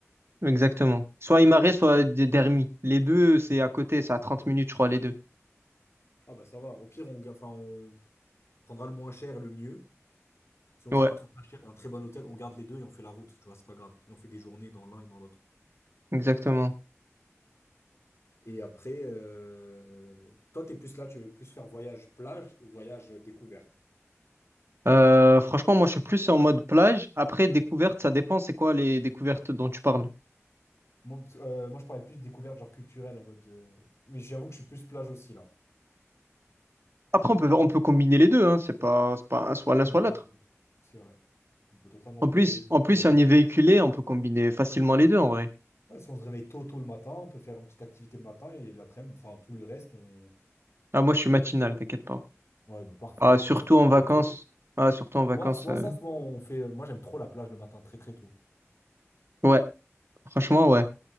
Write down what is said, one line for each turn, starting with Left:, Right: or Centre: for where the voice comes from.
Right: Exactement. Soit Imare,
Left: Donc,
Right: soit D- Dermi. Les deux, c'est à côté, c'est à 30 minutes, je crois, les deux.
Left: ah bah ça va. Au pire, on, ga- enfin, on prendra le moins cher et le mieux. Si on
Right: Ouais.
Left: trouve un truc pas cher et un très bon hôtel, on garde les deux et on fait la route. Tu vois, c'est pas grave. Et on fait des journées dans l'un et dans l'autre.
Right: Exactement.
Left: Et après, euh, toi, t'es plus là, tu veux plus faire voyage plage ou voyage euh, découverte?
Right: Euh, franchement, moi, je suis plus en mode plage. Après, découverte, ça dépend, c'est quoi les découvertes dont tu parles.
Left: Moi, euh, moi, je parlais plus de découverte, genre culturelle, en mode. euh, Mais j'avoue que je suis plus plage aussi, là.
Right: Après, on peut, on peut combiner les deux, hein. C'est pas, c'est pas un- soit
Left: On peut
Right: l'un,
Left: combiner
Right: soit l'autre.
Left: les deux. C'est vrai. On peut totalement
Right: En
Left: combiner
Right: plus,
Left: les deux.
Right: en
Left: À
Right: plus,
Left: un moment
Right: si
Left: donné,
Right: on y est véhiculé, on peut combiner facilement les deux, en vrai.
Left: Ouais, si on se réveille tôt, tôt le matin, on peut faire une petite activité le matin et l'après-midi, enfin tout le reste, on.
Right: Ah, moi, je suis matinal, t'inquiète pas.
Left: Ouais, bah, parfait.
Right: Ah, surtout
Left: On peut se
Right: en vacances.
Left: lever tôt.
Right: Ah, surtout en vacances.
Left: Soit, soit
Right: euh,
Left: ça, soit on fait. euh, Moi, j'aime trop la plage le matin, très très tôt.
Right: Ouais, franchement, ouais.